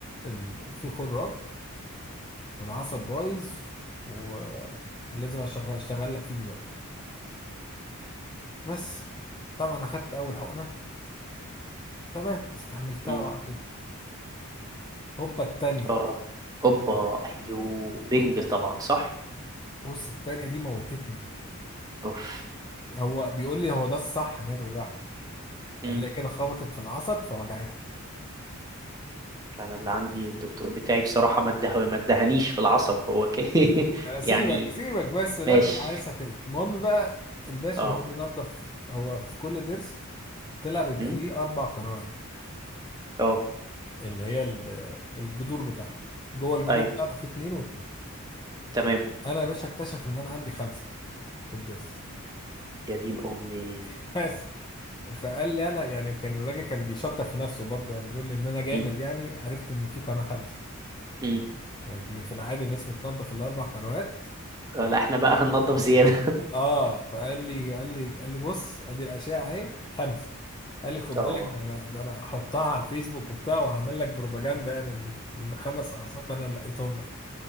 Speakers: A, on the left; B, on the right.
A: ال... في خراج والعصب بايظ ولازم اشغل اشتغل لك فيه دلوقتي بس طبعا اخدت اول حقنه تمام استحملتها
B: مم.
A: وعديتها هوبا التانية
B: اه اوبا
A: يعني
B: ايوه بينج
A: يعني
B: طبعا صح
A: بص التانية دي موتتني
B: اوف
A: هو بيقول لي هو ده الصح ان هي توجعك
B: امم
A: قال لي كده خبطت في العصب فوجعتها
B: انا اللي عندي
A: بس.
B: الدكتور بتاعي بصراحة ما اده ما ادهنيش في العصب هو ك... <laughs>
A: آه، سيبك
B: يعني
A: سيبك بس لا
B: ماشي
A: ده انا عايز اكلك المهم بقى الباشا
B: اه
A: هو بينظف هو في كل ضرس طلع بيبقى
B: امم
A: ليه اربع قنوات
B: اه
A: اللي هي ال- الجذور بتاعته جوه الجذور
B: ايوه
A: بتاعته في اتنين واتنين
B: تمام
A: انا يا باشا اكتشف ان انا عندي خمسه في الضرس
B: يا دين امي
A: <laughs> فقال لي انا يعني كان الراجل كان بيشكر في نفسه برضه يعني بيقول لي ان انا جامد
B: امم
A: يعني عرفت ان في قناه خمسه
B: امم
A: يعني إن في العادي الناس بتنظف الاربع قنوات
B: آه، لا احنا بقى هننضف زيادة
A: اه فقال لي قال لي قال لي بص ادي الاشعه اهي خمسه قال
B: <laughs>
A: لي خد
B: اه
A: بالك ده انا ده انا هحطها على الفيسبوك وبتاع وهعمل لك بروباجندا يعني ان إن خمس اعصاب انا لقيتهم لك